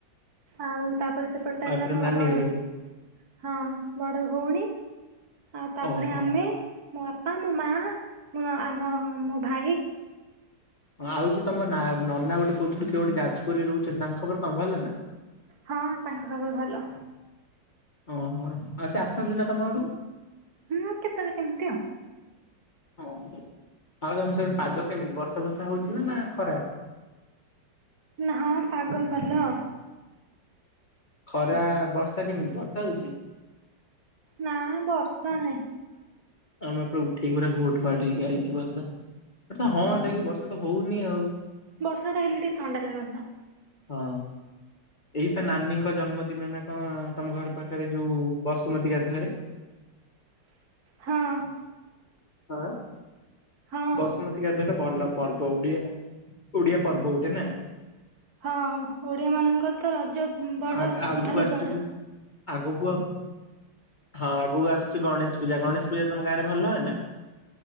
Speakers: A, on the right (about 55°); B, on the left (about 30°).
A: ଆଉ ତାପରେ ସେପଟେ ହେଲା
B: ଏପଟେ
A: ମୋ
B: ନାନୀ
A: ବଡ
B: ଘରିକା ବୋଧେ
A: ହଁ ବଡ ଭଉଣୀ ଆଉ ତାପରେ
B: ଓହୋ ହୁଁ।
A: ଆମେ ମୋ ବାପା ମୋ ମା ମ ଆମ ମୋ ଭାଇ
B: ଆଉ ଯୋଉ ତମ ନା ନନା ଗୋଟେ କହୁଥିଲୁ କିଏ ଗୋଟେ ଯାଜପୁରରେ ରହୁଛନ୍ତି ତାଙ୍କ ଖବର କଣ ଭଲ ନା
A: ହଁ ତାଙ୍କ ସବୁ ଭଲ।
B: ଓହୋ ଆଉ ସେ ଆସନ୍ତି ନା ତମ ଆଡକୁ
A: ହୁଁ କେତେବେଳେ କେମିତି ଆଉ
B: ହଁ ଆଉ ତମ ସିଆଡେ ପାଗ କେମିତି ବର୍ଷା ବର୍ଷା ହଉଛି ନା ନା ଖରା
A: ନା ହଁ ପାଗ ଭଲ
B: ଖରା ବର୍ଷା କେମିତି ବର୍ଷା ହଉଛି
A: ନା ବର୍ଷା ନାହିଁ
B: ଆମେ ପୁରା ଉଠେଇକି ପୁରା ଘୋଟ ଫାଟ ହେଇକି ଆଇଛି ବର୍ଷ ବର୍ଛ ହୁନ୍ତା
A: ହଁ
B: କି ବର୍ଷା ତ ହଉନି ଆଉ
A: ବର୍ଷା ଟା ହେଲେ ଟିକେ ଥଣ୍ଡା ଲାଗନ୍ତା
B: ହଁ ଏଇପା ନାନୀଙ୍କ ଜନ୍ମ ଦିନ ନା କଣ ତମ ଘର ପାଖରେ ଯୋଉ ବସୁମତି ଗାଧରେ
A: ହଁ
B: ଆଁ
A: ହଁ।
B: ବସୁମତୀ ଗାଧୁଆ ଗୋଟେ ଭଲ ପର୍ବ ଓଡିଆ ଓଡିଆ ପର୍ବ ଗୋଟେ ନା
A: ହଁ ଓଡିଆ ମାନଙ୍କର ତ ରଜ ବଡ
B: ଆ
A: ସବୁଠାରୁ
B: ଆଗକୁ ଆସୁଛି
A: ବଡ
B: ଯୋଉ ଆଗକୁ ଆ ହଁ ଆଗକୁ ଆସୁଛି ଗଣେଶ ପୂଜା ଗଣେଶ ପୂଜା ତମ ଗାଁ ରେ ଭଲ ହୁଏ ନା